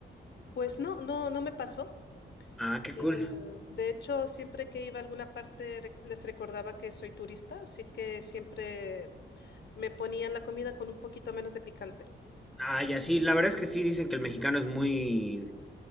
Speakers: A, on the left; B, in the centre.
A: Pues no, no, no me pasó.
B: Ah, qué
A: Eh,
B: cool.
A: de hecho, siempre que iba a alguna parte rec- les recordaba que soy turista, así que siempre me ponían la comida con un poquito menos de picante.
B: Ah, ya sí, la verdad es que sí dicen que el mexicano es muy,